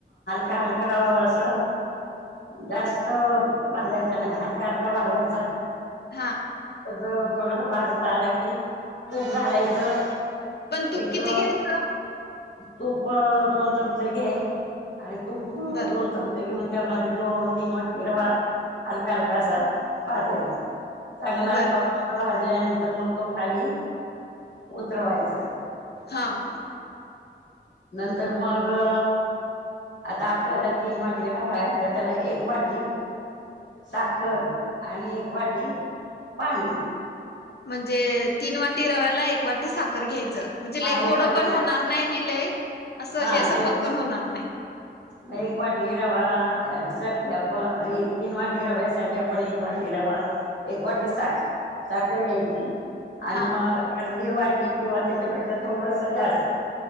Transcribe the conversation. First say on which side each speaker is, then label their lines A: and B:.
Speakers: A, on the left; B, on the left.
A: ते हलका व असा जास्त भाजायचा नाही हलका हलका भाजायचा
B: हां.
A: जळा थोडंसं भाजत आला की तूप घालायचं.
B: पण तूप
A: एक
B: किती घायचं?
A: तूप दोन चमचे घे. आणि तूप दोन-दोन
B: बर
A: चमचे घेऊन त्यामध्ये तो तीन वाटी रवा हलका हलकासा भाजायचा. चांगला
B: बर
A: खमंग
B: बर
A: भाजल्यान तर मग तो खाली उतरवायचा.
B: हां.
A: नंतर मंग-अ आता आपल्याला तीन वाटी रवा आहे, तर त्याला एक वाटी साखर आणि एक वाटी पाणी
B: म्हणजें तीन वाटी रव्याला एक वाटी साखर घ्यायचं. म्हणजे
A: हा
B: लय
A: एक
B: गोडं
A: वाटी
B: पण
A: साखर
B: होणार नाही नि लय असं
A: हा
B: हे सपक पण होणार नाही
A: मग एक वाटी रवा या साठी आपण एक तीन वाटी रव्यासाठी आपण एक वाटी रवा, एक वाटी साख- साखर घ्यायची. आणि
B: हा
A: मग <inaudible> आर्धी वाटी किंवा त्याच्यापेक्षा थोडसं जास्त